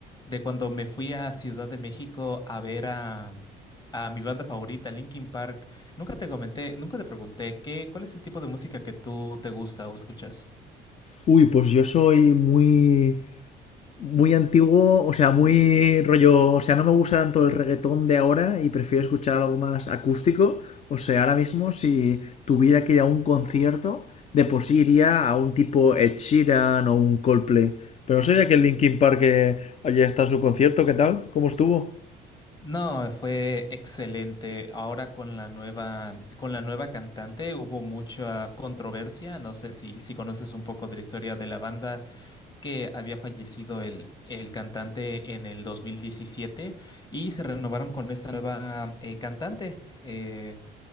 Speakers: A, on the left (about 25°); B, on the left (about 40°).
A: de cuando me fui a Ciudad de México a ver a, a mi banda favorita, Linkin Park. Nunca te comenté, nunca te pregunté qué, cuál es el tipo de música que tú te gusta o escuchas.
B: Uy, pues yo soy muy, muy antiguo, o sea, muy rollo, o sea, no me gusta tanto el reggaetón de ahora y prefiero escuchar algo más acústico. O sea, ahora mismo si tuviera que ir a un concierto, de por sí iría a un tipo Ed Sheeran o un Coldplay. Pero no sé si aquel Linkin Park que ayer está en su concierto, ¿qué tal? ¿Cómo estuvo?
A: No, fue excelente. Ahora con la nueva, con la nueva cantante hubo mucha controversia. No sé si, si conoces un poco de la historia de la banda que había fallecido el, el cantante en el 2017 y se renovaron con esta nueva eh, cantante. eh,